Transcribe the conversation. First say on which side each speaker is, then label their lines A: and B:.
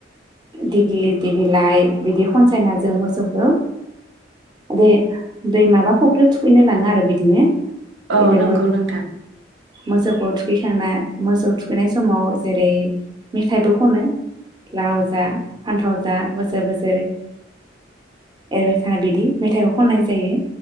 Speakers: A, on the right; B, on the right.
A: दिग्लिथि बिलाइ बिदि खनसायना जों मोसौखौ दे दै माबा फुख्रियाव थुखैनो लाङो आरो बिदिनो। बिदि
B: औ नंगौ नोंथां
A: मोसौखौ थुखैखांना मोसौ थुखैनाय समाव जेरै मेथाइबो खनो। लाव जा फान्थाव जा बोसोर बोसोर एरबाय थानाय बिदि मेथाइखौ खननाय जायो।